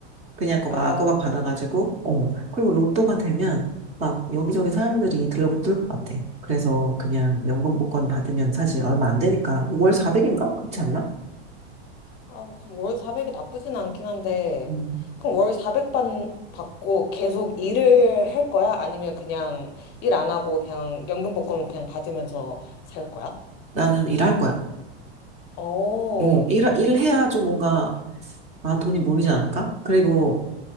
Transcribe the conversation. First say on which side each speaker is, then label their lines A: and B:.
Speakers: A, on the right (about 20°); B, on the left (about 30°).
A: 그냥 꼬박꼬박
B: 아,
A: 받아가지고, 어. 그리고 로또가 되면 막 여기저기 사람들이 들러붙을 것 같아. 그래서 그냥 연금 복권 받으면 사실 얼마 안 되니까 월 400인가? 그렇지 않나?
B: 아, 그럼 월 400이 나쁘진 않긴 한데,
A: 음.
B: 그럼 월 400 받, 받고 계속 일을 할 거야? 아니면 그냥 일 안 하고 그냥 연금복권 그냥 받으면서 살 거야?
A: 나는 일할 거야.
B: 오...
A: 어, 일, 일해야 좀 뭔가, 아, 돈이 모이지 않을까? 그리고